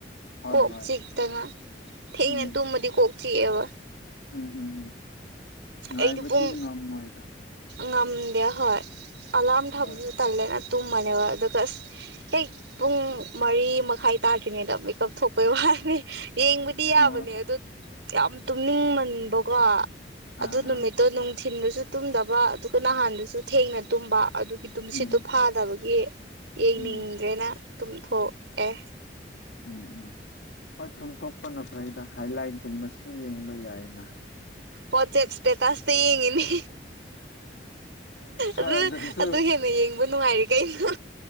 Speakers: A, on the left; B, on the right.
A: ꯍꯣꯏ
B: ꯀꯣꯛ
A: ꯍꯣꯏ
B: ꯆꯤꯛꯇꯅ ꯊꯦꯡꯅ
A: ꯎꯝ
B: ꯇꯨꯝꯃꯗꯤ ꯀꯣꯛ ꯆꯤꯛꯑꯦꯕ
A: ꯎꯝ ꯎꯝ ꯎꯝ ꯉꯥꯏꯕꯗꯤ
B: ꯑꯩꯗꯤ ꯄꯨꯡ
A: ꯉꯝꯃꯣꯏꯗ
B: ꯉꯝꯗꯦ ꯍꯣꯏ ꯑꯂꯥꯝ ꯊꯥꯕꯁꯨ
A: ꯍꯣꯏ
B: ꯇꯥꯂꯦꯅ ꯇꯨꯝꯃꯅꯦꯕ ꯑꯗꯨꯒ ꯑꯁ ꯍꯦꯛ ꯄꯨꯡ ꯃꯔꯤ ꯃꯈꯥꯏ ꯇꯥꯗ꯭ꯔꯤꯉꯩꯗ ꯃꯦꯀꯞ ꯊꯣꯛꯄꯩ ꯋꯥꯅꯤ ꯌꯦꯡꯕꯗꯤ
A: ꯑꯣ
B: ꯌꯥꯕꯅꯦ ꯑꯗꯣ ꯌꯥꯝ ꯇꯨꯝꯅꯤꯡ ꯃꯟꯕꯀꯣ ꯑꯗꯨ
A: ꯑꯥ
B: ꯅꯨꯃꯤꯠꯇꯣ
A: ꯑꯥ
B: ꯅꯨꯡꯊꯤꯟꯜꯗꯨꯁꯨ ꯇꯨꯝꯗꯕ ꯑꯗꯨꯒ ꯅꯍꯥꯟꯗꯨꯁꯨ ꯊꯦꯡꯅ ꯇꯨꯝꯕ ꯑꯗꯨꯒꯤ ꯇꯨꯝꯁꯤꯠꯇꯨ
A: ꯎꯝ
B: ꯐꯥꯗꯕꯒꯤ ꯌꯦꯡꯅꯤꯡꯗ꯭ꯔꯦꯅ
A: ꯎꯝ
B: ꯇꯨꯝꯊꯣꯛꯑꯦ
A: ꯎꯝ ꯎꯝ ꯍꯣꯏ ꯊꯨꯝꯊꯣꯛꯄꯅ ꯐꯩꯗ ꯍꯥꯏꯂꯥꯏꯠꯀꯨꯝꯕꯁꯨ ꯌꯦꯡꯕ ꯌꯥꯏꯅ
B: ꯋꯥ ꯆꯦꯞꯁꯇꯦ ꯇꯁꯦ ꯌꯦꯡꯉꯅꯤ
A: ꯍꯣꯏ
B: ꯑꯗꯨ
A: ꯑꯗꯨꯁꯨ
B: ꯑꯗꯨ ꯍꯦꯟꯅ ꯌꯦꯡꯕ ꯅꯨꯡꯉꯥꯏꯔꯤ ꯀꯩꯅꯣ